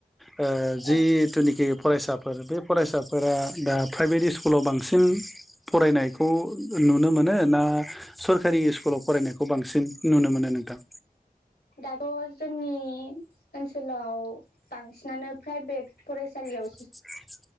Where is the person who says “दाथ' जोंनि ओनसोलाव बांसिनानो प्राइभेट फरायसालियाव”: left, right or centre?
Left